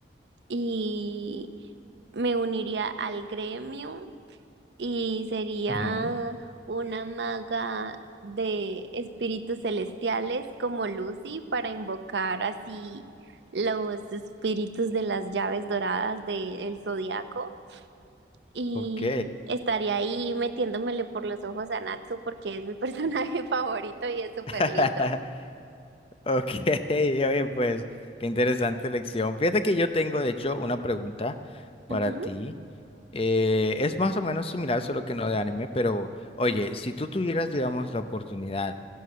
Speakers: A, on the right; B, on the left.
A: y me uniría al gremio Y sería
B: Ujú.
A: una maga de espíritus celestiales como Lucy para invocar así los espíritus de las llaves doradas del zodiaco. Y
B: Ok.
A: estaría ahí metiéndomele por los ojos a Natsu porque es mi <laughs> personaje favorito y es súper
B: <laughs>
A: lindo.
B: Ok, oye, pues, qué interesante elección. Fíjate que yo tengo, de hecho, una pregunta para
A: Ujú,
B: ti. Eh, es más o menos similar, solo que no de anime, pero oye, si tú tuvieras, digamos, la oportunidad